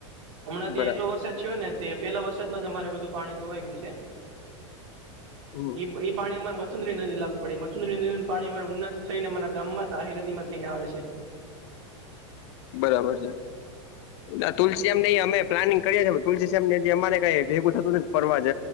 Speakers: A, on the right; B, on the left.
A: હમણાં ત્યાં
B: બરાબર
A: એટલો વરસાદ થયો ને તે પેલા વરસાદમાં જ અમારે બધું પાણી ધોવાઈ ગયું સે.
B: હમ
A: ઈ-ઈ પાણી અમાર <unintelligible> <unintelligible> નદીન લાગુ પડે. ઈ મસુંદરી નદી નું પાણી અમા ઉના થી થઈને અમારા ગામમાં શાહી નદીમાં થઈને આવે છે.
B: બરાબર છે. આ તુલસી <unintelligible> અમેઈ પ્લાનિંગ કરીએ છે તુલસી શ્યામ જે જ્યાં અમારે કાંઈ ભેગું થતું નથી. ફરવા જ